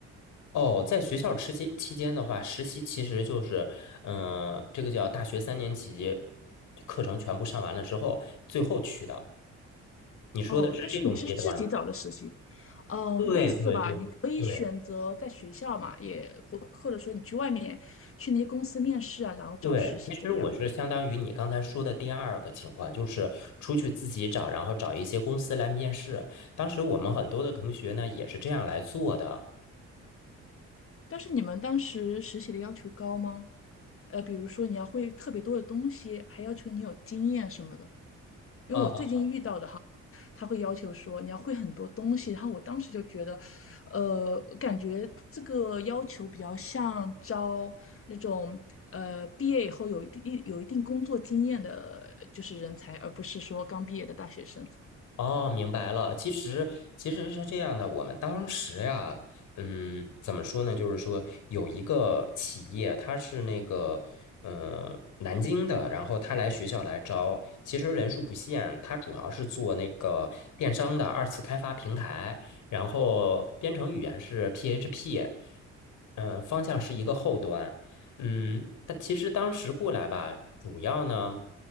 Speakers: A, on the left; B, on the left.
A: 哦，在学校期间期间的话，实习其实就是，嗯、这个叫大学三年级课程全部上完了之后，最后去的。你说的是这种阶段吗？
B: 哦，但是你是自己找的实习，嗯，
A: 对对对对
B: 类似吧，你可以选择在学校嘛，也或或者说你去外面去那些公司面试啊，然后找实习这个样子。
A: 对，其实我是相当于你刚才说的第二个情况，就是出去自己找，然后找一些公司来面试。当时我们很多的同学呢也是这样来做的。
B: 但是你们当时实习的要求高吗？呃，比如说你要会特别多的东西，还要求你有经验什么的。因为我最近遇到的哈，
A: 呃
B: 他会要求说你要会很多东西，然后我当时就觉得，呃，感觉这个要求比较像招那种呃毕业以后有一定有一定工作经验的，就是人才，而不是说刚毕业的大学生。
A: 哦，明白了。其实其实是这样的，我们当时呀，嗯，怎么说呢？就是说有一个企业，它是那个呃南京的，然后他来学校来招，其实人数不限，他主要是做那个电商的二次开发平台，然后编程语言是 PHP，嗯、呃方向是一个后端。嗯，他其实当时过来吧，主要呢